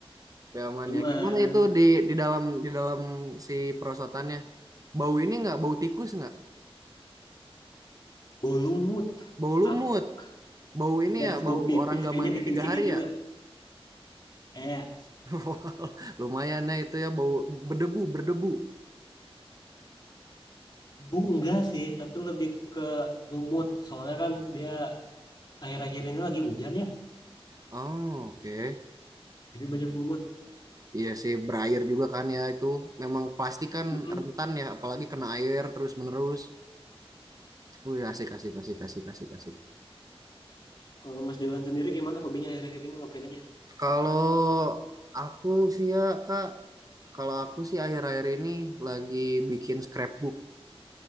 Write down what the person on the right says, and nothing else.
Tapi aman
ya. Gimana itu di di dalam di dalam si perosotannya? Bau ini nggak? Bau tikus nggak?
Bau lumut?
Bau ini
ya?
Bau
orang gak
mandi
tiga hari
ya?
<laughs> Wah, Lumayan ya itu ya bau berdebu berdebu.
Oh, oke.
Iya sih, berair juga kan ya itu. Memang plastik kan
rentan ya, apalagi kena air terus-menerus. Wih, asik, asik, asik, asik, asik, asik.
Kalau aku sih ya, Kak, kalau aku sih akhir-akhir ini lagi bikin scrapbook.